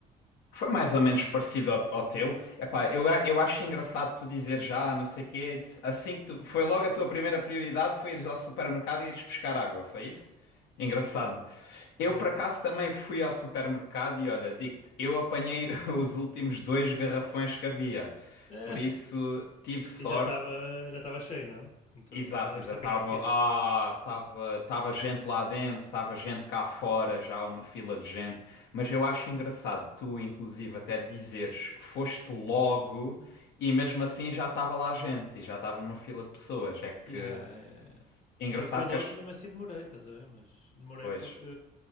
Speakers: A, on the left; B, on the left.
A: Foi mais ou menos parecido ao, ao teu. Epá, eu, a- eu acho engraçado tu dizer já, não sei quê, de- assim que tu, foi logo a tua primeira prioridade foi ires ao supermercado e ires buscar água, foi isso? Engraçado. Eu
B: Pá,
A: por
B: já
A: acaso
B: é. <laughs>
A: também fui ao supermercado e olha, digo-te, eu apanhei <laughs> os últimos dois garrafões que havia.
B: Eh,
A: Por isso tive sorte.
B: e já estava já estava cheio, não? Então
A: Exato,
B: já deves
A: exato.
B: ter apanhado
A: Tava,
B: fila.
A: ah, tava, tava gente lá dentro, tava gente cá fora, já uma fila de gente. Mas eu acho engraçado tu, inclusive, até dizeres que foste logo e mesmo assim já estava lá gente e já estava uma fila de pessoas. É que
B: Yeah, yeah.
A: é
B: Eu
A: engraçado
B: fui logo
A: que as.
B: e mesmo assim demorei, estás a ver? Mas demorei
A: Pois.
B: porque